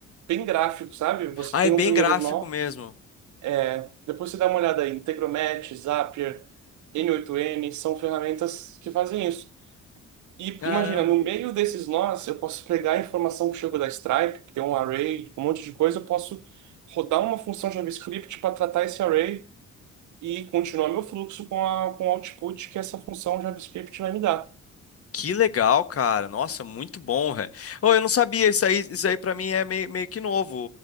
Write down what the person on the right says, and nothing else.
bem gráfico, sabe? Você
tem
um primeiro
nó,
é, depois você dá uma olhada aí, Integromat, Zapier, N8N, são ferramentas que fazem isso. E
imagina, no meio desses nós, eu posso pegar a informação que chegou da Stripe, que tem um array, um monte de coisa, eu posso rodar uma função JavaScript para tratar esse array e continuar meu fluxo com a, com o output que essa função JavaScript vai me dar.